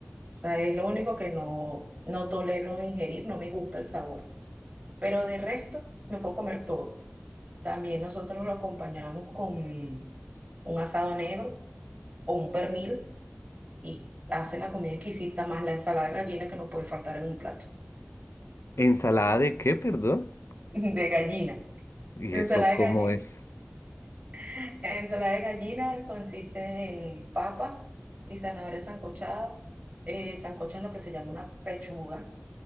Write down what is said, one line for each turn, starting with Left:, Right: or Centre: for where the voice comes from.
Right: O sea, es lo único que no, no tolero ingerir, no me gusta el sabor. Pero de resto, me puedo comer todo. También nosotros lo acompañamos con un asado negro o un pernil y hacen la comida exquisita más la ensalada de gallina que no puede faltar en un plato.
Left: ¿Ensalada de qué, perdón?
Right: <laughs> De gallina.
Left: ¿Y
Right: Ensalada
Left: eso cómo
Right: de gallina.
Left: es?
Right: <laughs> Ensalada de gallina consiste en papa y zanahoria sancochada. Eh, sancocha es lo que se llama una pechuga